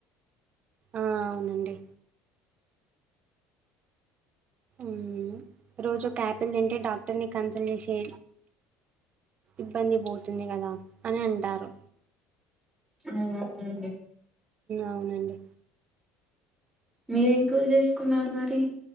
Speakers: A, on the right; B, in the centre.
A: ఆ అవునండి ఊ రోజూ యాపిల్ తింటే డాక్టర్ని కన్సల్ట్ చేసే ఇబ్బంది పోతుంది కదా అని అంటారు
B: అవునా <inaudible> అండి
A: అవునండి
B: మీరు ఏం కూ రచేసుకున్నారు మరి